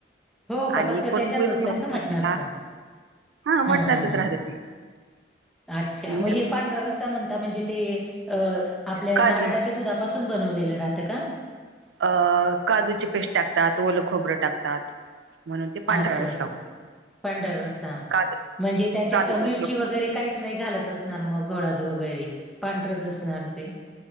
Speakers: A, in the centre; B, on the right.
A: हो का
B: आणि
A: फक्त
B: परपोळी
A: त्याच्याच असतं
B: <unintelligible>
A: का मटणाचं
B: हा मटणाचाच
A: हां हं. हां हां
B: राहत
A: हां.
B: ते.
A: अच्छा
B: आणि
A: म हे पांढरा रस्सा म्हणता म्हणजे ते अ आपल्या
B: काजू
A: नारळाच्या दुधा पासून बनवलेलं राहतं का?
B: अ काजूची पेस्ट टाकतात ओलं खोबरं टाकतात. म्हणून ते पांढरा
A: हाचा
B: रस्सा
A: असं
B: होतो.
A: पांढरा रस्सा
B: काजू
A: म्हणजे त्याच्यात
B: काजू
A: मिरची वगैरे काहीच नाही घालत असणार मग हळद वगैरे पांढरच असणार ते.